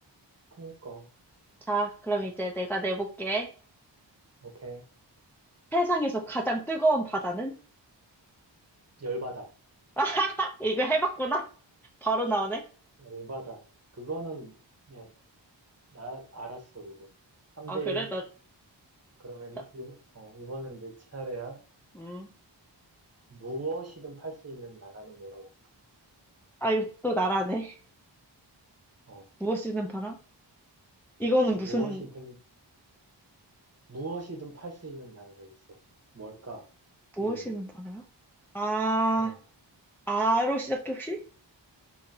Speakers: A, on the right; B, in the centre.
A: 그니까.
B: 자, 그럼 이제 내가 내볼게.
A: 오케이.
B: 세상에서 가장 뜨거운 바다는?
A: 열받아.
B: <laughs> 이거 해봤구나. 바로 나오네.
A: 열받아. 그거는, 야, 나 알았어, 그거는. 3대1.
B: 아, 그래? 나,
A: 그러면,
B: 나,
A: 이번, 어, 이번엔 내 차례야.
B: 음.
A: 무엇이든 팔 수 있는 나라는 뭐라고 할까?
B: 아, 이거 또 나라네.
A: 어,
B: 무엇이든 바라? 이거는
A: 무엇이든,
B: 무슨,
A: 무엇이든 팔 수 있는 나라가 있어. 뭘까?
B: 무엇이든
A: 이름이.
B: 바라요? 아,
A: 어,
B: 아로 시작해, 혹시?